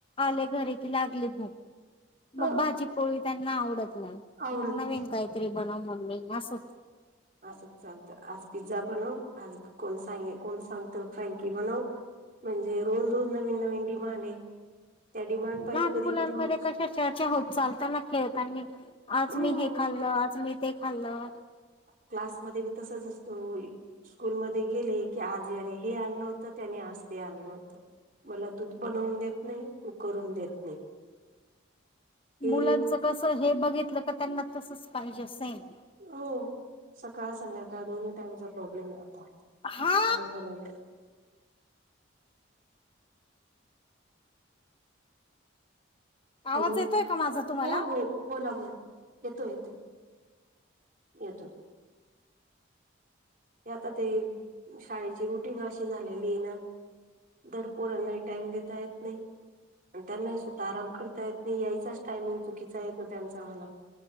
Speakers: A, on the left; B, on the right.
A: आले घरी की लागली भूक. मग
B: अ
A: भाजी पोळी त्यांना आवडत नाही
B: आवडत
A: मग नवीन
B: नाही.
A: काहीतरी बनव मम्मी मस्त
B: असंच चालतं आज पिझ्झा बनव आज कोण सांगे कोण सांगत फ्रँकी बनव म्हणजे रोज रोज नवीन नवीन डिमांड आहे. त्या डिमांड पाहि
A: लहान
B: तर कधी
A: मुलांमध्ये
B: कधी मग
A: कशा चर्चा होते, चालताना, खेळतान, आज
B: हम्म
A: मी हे खाल्लं आज मी. ते खाल्लं
B: क्लासमध्ये बी तसच असत. स्कूल मध्ये गेले की आज हे आणलं होत, त्याने आज ते आणलं होत. मला तू बनवून देत. नाही तू करून देत नाही. हे
A: मुलांच कस हे बघितलं का त्यांना तसच. पाहिजे सेम.
B: हो सकाळ संध्याकाळ दोन्ही टाइमचा प्रॉब्लेम आहे,
A: हा
B: असे झालेले,
A: आवाज
B: हॅलो
A: येतोय
B: हो,
A: का माझा तुम्हाला
B: हो, बोला बोला. येतो, येतो, येतो. हे आता ते शाळेची रुटिंग अशी झालेली आहे ना, आता ते शाळेची रुटिंग नाही अशी झालेली ना धड पोरांना टाइम देता येत नाही आणि त्यांनाही स्वतःला आराम करता येत नाही यायचाच टायमिंग चुकीचा येतो त्यांचा वाला